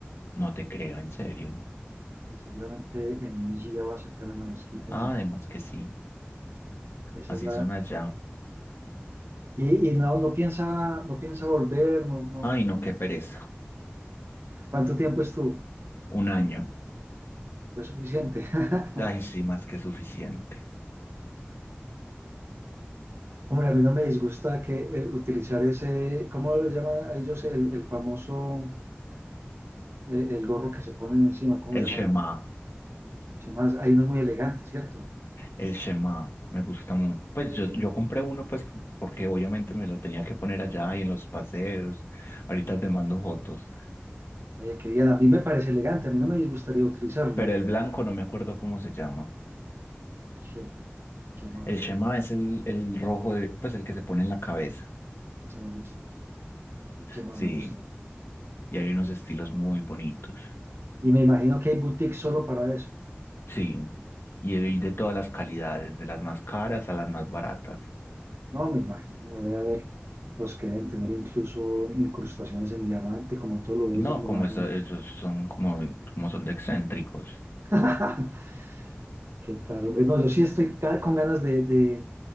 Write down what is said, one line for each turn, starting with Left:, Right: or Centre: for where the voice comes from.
Left: no te creo, en serio.
Right: y seguramente en Gida va a ser también una mezquita.
Left: Ah,
Right: en el-
Left: además que sí,
Right: esa
Left: así
Right: es la,
Left: son allá.
Right: y, y no, no piensa, no piensa volver, no, no.
Left: Ay, no, qué pereza.
Right: ¿Cuánto tiempo estuvo?
Left: Un año.
Right: Fue suficiente. <laughs>
Left: Ay, sí, más que suficiente.
Right: Hombre, a mí no me disgusta que eh, utilizar ese, ¿cómo lo llaman a ellos? El, el famoso eh, el gorro que se ponen encima, ¿cómo
Left: El
Right: le
Left: Shema,
Right: llaman? El chamás, hay uno muy elegante, ¿cierto?
Left: el Shema, me gusta mucho. Pues yo, yo compré uno, pues, porque obviamente me lo tenía que poner allá y en los paseos. Ahorita te mando fotos.
Right: Eh, que bien, a mí me parece elegante, a mí no me disgustaría utilizarlo.
Left: Pero el blanco no me acuerdo cómo se llama.
Right: Che, chamás,
Left: El Shema es el, el rojo, de- pues, el que se pone en la cabeza.
Right: ese me gusta, chema
Left: Sí,
Right: me gusta.
Left: y hay unos estilos muy bonitos.
Right: Y me imagino que hay boutiques solo para eso.
Left: Sí, y hay de todas las calidades, de las más caras a las más baratas.
Right: No, me imagino, debe haber los que deben tener incluso incrustaciones en diamante, como todos los de
Left: No,
Right: ellos, me
Left: como
Right: imagino.
Left: eso, esos son como, como son de excéntricos.
Right: <laughs> ¿Qué tal, hombre? No, yo sí estoy ca- con ganas de, de-